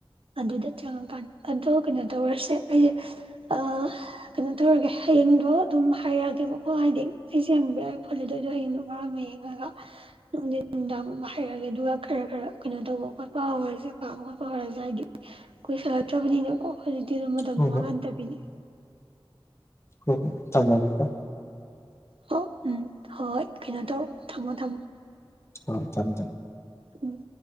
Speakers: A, on the right; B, on the left.
A: ꯑꯗꯨꯗ ꯆꯪꯉꯀꯥꯟ ꯑꯗꯣ ꯀꯩꯅꯣ ꯇꯧꯔꯁꯦ ꯑꯩꯁꯦ ꯑ ꯀꯩꯅꯣ ꯇꯧꯔꯒꯦ ꯍꯌꯦꯡꯗꯣ ꯑꯗꯨꯝ ꯍꯥꯏꯔꯛꯑꯒꯦꯕꯀꯣ ꯍꯥꯏꯗꯤ ꯑꯩꯁꯦ ꯌꯦꯡꯕꯤꯔꯛꯑꯦ ꯈꯣꯠꯂꯦꯗꯣꯏꯗꯣ ꯍꯌꯦꯡꯗꯣ ꯈꯔ ꯑꯃ ꯌꯦꯡꯉꯒ ꯅꯨꯡꯗꯤꯤꯟ ꯅꯨꯡꯗꯥꯡ ꯍꯥꯏꯔꯛꯒꯦ ꯑꯗꯨꯒ ꯈꯔ ꯈꯔ ꯀꯩꯅꯣ ꯇꯧꯕ ꯈꯣꯠꯄ ꯍꯧꯔꯁꯦ ꯄꯥꯕ ꯈꯣꯠꯄ ꯍꯧꯔꯁꯦ ꯍꯥꯏꯗꯤ ꯀꯣꯏ ꯁꯥꯜꯂꯛꯇ꯭ꯔꯕꯅꯤꯅꯦꯈ ꯇꯤ ꯃꯇꯝꯗꯣ
B: ꯍꯣꯏ
A: ꯃꯥꯡꯍꯟꯗꯕꯤꯅꯤ
B: ꯍ ꯍꯣ ꯊꯝꯃꯕꯤꯀ
A: ꯍ ꯎꯝ ꯍ ꯍꯅ ꯇꯔ ꯊꯝꯃꯣ ꯊꯝꯃꯣ
B: ꯑꯣ ꯊꯝꯃꯦ ꯊꯝꯃꯦ
A: ꯎꯝ